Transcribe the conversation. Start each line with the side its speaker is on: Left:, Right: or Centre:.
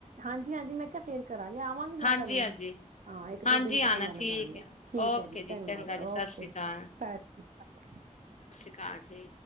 Right: ਹਾਂਜੀ ਹਾਂਜੀ ਮੈਂ ਕਿਹਾ ਫੇਰ ਕਰਾਂਗੇ ਆਵਾਂਗੀ ਮੈਂ
Left: ਹਾਂਜੀ
Right: ਤੁਹਾਨੂੰ
Left: ਹਾਂਜੀ
Right: ਹਾਂ ਇੱਕ
Left: ਹਾਂਜੀ
Right: ਦੋ ਦਿਨ ਤੱਕ
Left: ਆਨਾ
Right: ਮੈਂ ਲਗਾਾਨ
Left: ਠੀਕ ਹੈ
Right: ਠੀਕ
Left: ਓਕੇ
Right: ਹੈ ਜੀ
Left: ਚੰਗਾ ਜੀ
Right: ਓਕੇ
Left: ਸਤਿ ਸ਼੍ਰੀ
Right: ਜੀ
Left: ਅਕਾਲ
Right: ਸਤਿ ਸ਼੍ਰੀ ਅਕਾਲ
Left: ਅਸੀ